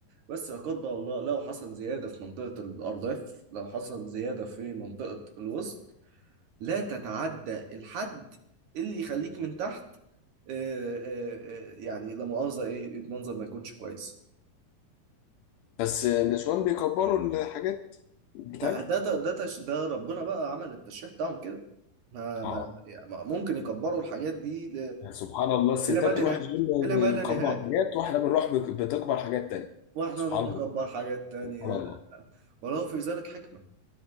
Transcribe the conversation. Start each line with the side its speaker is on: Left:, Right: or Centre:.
Right: بس لا قدر الله لو حصل زياده في منطقه الارداف لو حصل زياده في منطقه الوسط لا تتعدى الحد اللي يخليك من تحت آه، آه، آه، يعني لا مؤاخذه ايه المنظر ما يكونش كويس
Left: بس النسوان بيكبروا الحاجات بتاعتهم
Right: ده ده ده ده تش- ده ربنا بقى عمل التشريح بتاعهم كده ما
Left: اه
Right: ما يعني ممكن يكبروا الحاجات دي ل...
Left: سبحان الله الستات
Right: إلى ما لا
Left: تروح
Right: نهاية
Left: الجيم
Right: إلى
Left: بيكبروا
Right: ما لا نهاية
Left: حاجات واحنا بنروح بك- بتكبر حاجات تانية
Right: وإحنا
Left: سبحان
Right: نروح
Left: الله
Right: نكبر حاجات تانية
Left: سبحان الله
Right: ولو في ذلك حكمة